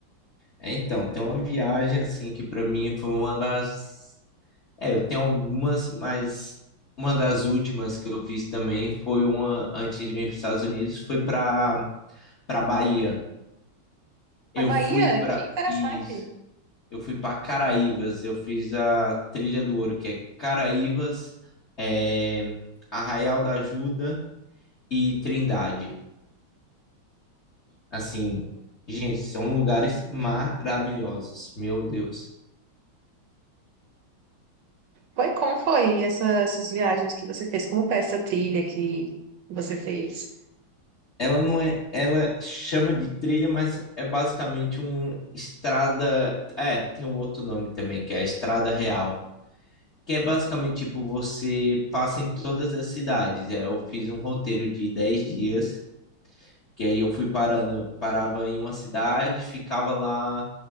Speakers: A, on the left; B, on the right.
A: É, então, tem uma viagem, assim, que pra mim foi uma das É, eu tenho algumas, mas uma das últimas que eu fiz também foi uma antes de vir para os Estados Unidos, foi para para Bahia. Eu
B: A Bahia?
A: fui para
B: Que interessante.
A: isso, eu fui para Caraívas, eu fiz a Trilha do Ouro, que é Caraívas, é, Arraial da Ajuda e Trindade. Assim, gente, são lugares maravilhosos, meu Deus.
B: Foi, como foi essa- essas viagens que você fez? Como foi essa trilha que você fez?
A: Ela não é, ela chama de trilha, mas é basicamente uma estrada. É, tem um outro nome também, que é a estrada real, que é basicamente tipo você passa em todas as cidades. É, eu fiz um roteiro de 10 dias, que aí eu fui parando, parava em uma cidade, ficava lá